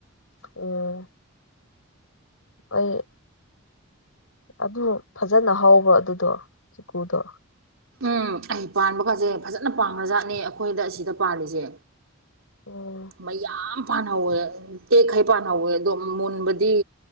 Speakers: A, on the left; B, on the right.
A: ꯑꯣꯝ ꯑꯣꯏꯣꯏ ꯑꯗꯨ ꯐꯖꯅ ꯍꯧꯕ ꯑꯗꯨꯗꯣ ꯆꯤꯀꯨꯗꯣ
B: ꯎꯝ ꯑꯩ ꯄꯥꯟꯕꯒꯥꯁꯦ ꯐꯖꯅ ꯄꯈ꯭ꯔꯖꯥꯠꯅꯦ ꯑꯩꯈꯣꯏꯗ ꯑꯁꯤꯗ ꯄꯥꯜꯂꯤꯁꯦ
A: ꯑꯣ
B: ꯃꯩ ꯌꯥꯝ ꯄꯥꯅꯍꯧꯋꯦ ꯇꯦꯛꯈꯩ ꯄꯥꯅꯍꯧꯋꯦ ꯑꯗꯣ ꯃꯨꯟꯕꯗꯤ